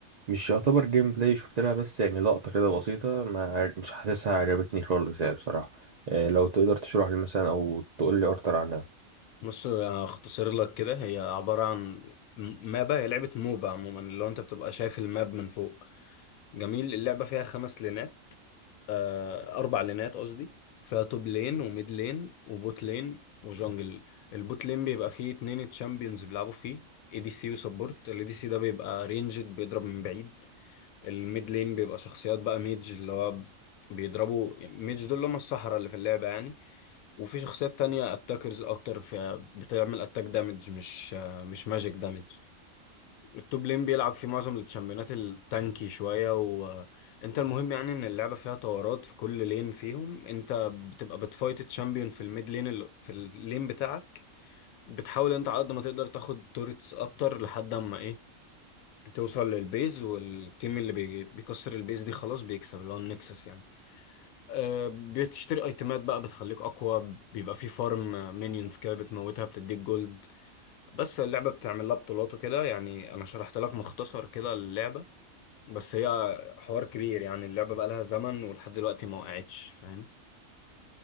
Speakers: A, on the right (about 70°); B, on the left (about 85°).
A: مش يعتبر جيم بلاي شفت لها بس يعني لقطة كده بسيطة ما عر- مش حاسسها عجبتني خالص يعني بصراحة آه، لو تقدر تشرح لي مثلا أو تقول لي أكتر عنها
B: بص آه، هختصر لك كده هي عبارة عن م- مابا هي لعبة موبا عموما اللي هو انت بتبقى شايف الماب من فوق جميل اللعبة فيها خمس لينات آه، أربع لينات قصدي فيها توب لين وميد لين وبوت لين وجونجل البوت لين بيبقى فيه اتنين تشامبيونز بيلعبوا فيه اي دي سي وسبورت الاي دي سي ده بيبقى رينجد بيضرب من بعيد الميد لين بيبقى شخصيات بقى ميج اللي هو بيضربوا ميج دول اللي هم الصحراء اللي في اللعبة يعني وفي شخصيات تانية اتاكرز اكتر في بتعمل اتاك دامج مش مش ماجيك دامج التوب لين بيلعب في معظم التشامبيونات التانكي شوية وانت المهم يعني ان اللعبة فيها طورات في كل لين فيهم انت بتبقى بتفايت تشامبيون في الميد لين ال- في اللين بتاعك بتحاول انت على قد ما تقدر تاخد توريتس اكتر لحد اما ايه توصل للبيز والتيم اللي بي- بيكسر البيز دي خلاص بيكسب اللي هو النكسس يعني آه، بتشتري ايتمات بقى بتخليك اقوى بيبقى في فارم مينيونز كده بتموتها بتديك جولد بس اللعبه بتعمل لها بطولات وكده يعني انا شرحت لك مختصر كده اللعبه بس هي حوار كبير يعني اللعبه بقى لها زمن ولحد دلوقتي ما وقعتش فاهم